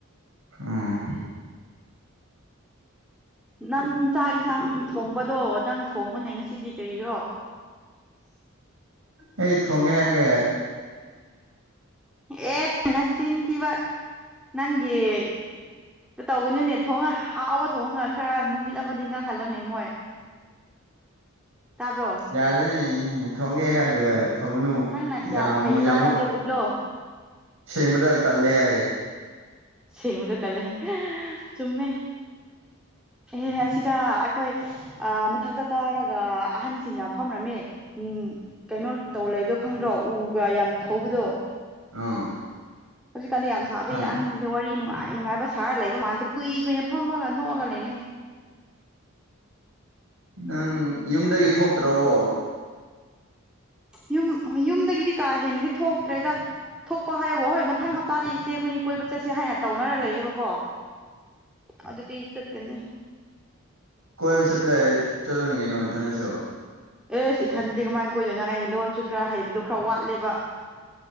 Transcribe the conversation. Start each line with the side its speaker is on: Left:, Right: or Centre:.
Right: ꯑꯥ
Centre: ꯅꯪ ꯆꯥꯛ ꯌꯦꯟꯁꯥꯡ ꯊꯣꯡꯕꯗꯣ ꯅꯪ ꯊꯣꯡꯕꯅꯦ ꯉꯁꯤꯗꯤ ꯀꯔꯤꯔꯣ
Right: ꯑꯩ ꯊꯉꯦ ꯍꯥꯏꯔꯒꯦ
Centre: ꯌꯥ ꯅꯆꯤꯟꯤꯟ ꯏ ꯋꯥꯥꯛ ꯅꯪꯒ ꯇꯧꯒꯅꯨꯅꯦ ꯊꯣꯡꯉ ꯍꯥꯎꯕ ꯊꯣꯡꯉꯒ ꯈꯔ ꯅꯨꯃꯤꯠ ꯑꯃꯗꯤ ꯉꯥꯡꯈꯜꯂꯣꯅꯦ ꯃꯣꯏ
Right: <inaudible>
Centre: ꯇꯥꯕ꯭ꯔꯣ
Right: ꯌꯥꯗꯅꯤ ꯊꯣꯡꯒꯦ ꯍꯥꯏꯔꯒ ꯊꯣꯡꯅꯨ
Centre: ꯅꯪꯅ ꯀꯌꯥꯝ
Right: ꯌꯥꯝ
Centre: ꯍꯩꯕ꯭ꯔꯥ
Right: ꯌꯥꯝꯃ
Centre: ꯍꯥꯏꯕꯗꯣ ꯎꯠꯂꯣ
Right: ꯁꯃ ꯇ ꯇꯜꯂꯦ ꯍꯥꯏꯌꯦ
Centre: ꯁꯦꯡꯉꯨꯗ ꯀꯜꯂꯦ ꯆꯨꯝꯃꯦ ꯑꯦꯍꯍ ꯑꯁꯤꯗ ꯑꯩꯈꯣꯏ ꯑ ꯃꯊꯛꯇ ꯀꯥꯔꯒ ꯑꯍꯟꯁꯤꯡ ꯌꯥꯝ ꯐꯝꯔꯝꯃꯦ ꯎꯝ ꯀꯩꯅꯣ ꯇꯧ ꯂꯩꯗꯣ ꯈꯪꯗ꯭ꯔꯣ ꯎꯒ ꯌꯥꯝ ꯊꯧꯕꯗꯣ
Right: ꯑꯥ
Centre: ꯍꯧꯖꯤꯛꯀꯥꯟꯗꯤ ꯌꯥꯝ ꯁꯥꯕ
Right: ꯈꯪꯉꯦ
Centre: ꯌꯥ ꯑꯍꯟꯁꯤ ꯑꯗ ꯋꯥꯔꯤ ꯅꯨꯡꯉꯥꯏ ꯅꯨꯡꯉꯥꯏꯕ ꯁꯍꯔ ꯂꯩꯕ ꯃꯥꯜꯦ ꯀꯨꯏ ꯀꯨꯏꯅ ꯐꯃꯒ ꯅꯣꯛꯑꯒ ꯂꯩꯅꯩ
Right: ꯅꯪ ꯌꯨꯝꯗꯒꯤ ꯊꯣꯛꯇ꯭ꯔꯕꯣ
Centre: ꯌꯨꯝ ꯌꯨꯝꯗꯒꯤꯗꯤ ꯀꯥ ꯍꯦꯟꯅꯗꯤ ꯊꯣꯛꯇ꯭ꯔꯦꯗ ꯊꯣꯛꯄ ꯍꯥꯏꯌꯦꯕꯣ ꯍꯣꯏ ꯃꯊꯪ ꯍꯞꯇꯥꯗꯤ ꯏꯆꯦ ꯑꯩꯈꯣꯏꯅꯤ ꯀꯣꯏꯕ ꯆꯠꯁꯦ ꯍꯥꯏꯅ ꯇꯧꯅꯔ ꯂꯩꯌꯦꯦꯕꯀꯣ ꯑꯗꯨꯗꯤꯤ ꯆꯀꯅꯤ
Right: ꯀꯣꯏ ꯁꯠꯂ ꯆꯂ ꯅ ꯀꯩꯅꯩꯅ ꯊꯟꯗꯦꯁꯤ
Centre: ꯑꯦꯁ ꯏꯊꯟꯗꯗꯤ ꯀꯃꯥꯏꯅ ꯀꯣꯏꯗꯣꯏꯅꯣ ꯑꯩ ꯂꯣꯟꯁꯨ ꯈꯔ ꯍꯩꯕꯗꯣ ꯈꯔ ꯋꯥꯠꯂꯦꯕ